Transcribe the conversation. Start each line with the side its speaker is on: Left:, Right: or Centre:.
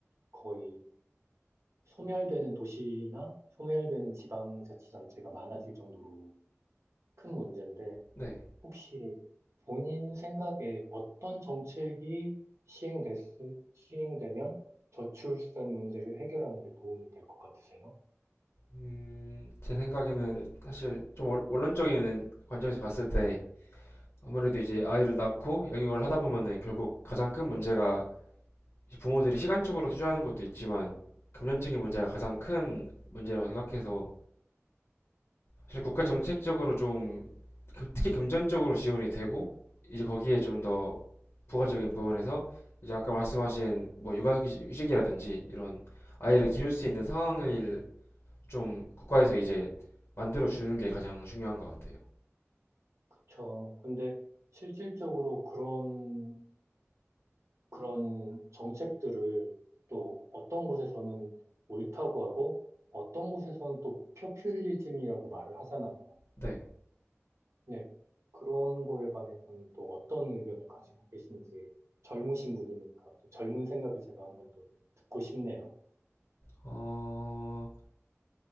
Right: 거의 소멸되는 도시나 소멸되는 지방자치단체가 많아질 정도로 큰 문제인데
Left: 네.
Right: 혹시 본인 생각에 어떤 정책이 시행됐, 시행되면 저출산 문제를 해결하는 데 도움이 될 것 같으세요?
Left: 음, 제 생각에는 사실 좀 원- 원론적인 관점에서 봤을 때 아무래도 이제 아이를 낳고 양육을 하다 보면은 결국 가장 큰 문제가 이제 부모들이 시간적으로 투자하는 것도 있지만 금전적인 문제가 가장 큰 문제라고 생각해서 사실 국가 정책적으로 좀 그- 특히 금전적으로 지원이 되고 이제 거기에 좀 더 부가적인 부분에서 이제 아까 말씀하신 뭐 육아휴직이라든지 이런 아이를 기를 수 있는 상황을 좀 국가에서 이제 만들어 주는 게 가장 중요한 것 같아요.
Right: 그쵸. 근데 실질적으로 그런 그런 정책들을 또 어떤 곳에서는 옳다고 하고 어떤 곳에서는 또 포퓰리즘이라고 말을 하잖아요.
Left: 네.
Right: 네. 그런 거에 관해서는 또 어떤 의견을 가지고 계신지 젊으신 분이니까 또 젊은 생각을 제가 한번 더 듣고 싶네요.
Left: 어,